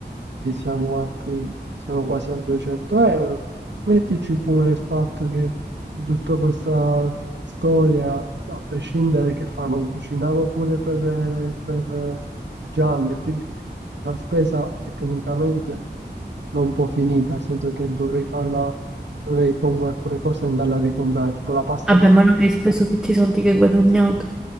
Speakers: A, on the right; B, in the centre.
A: Ti siamo altri, siamo quasi a 200 euro. Mettici pure il fatto che in tutta questa storia, a prescindere che fa, non cucinava pure per, per Gianni, e quindi la spesa tecnicamente non può finita, nel senso che dovrei farla, dovrei comunque alcune cose andarla a ricomprare, tipo la pasta
B: Vabbè,
A: io...
B: ma non che hai speso tutti i soldi che hai guadagnato.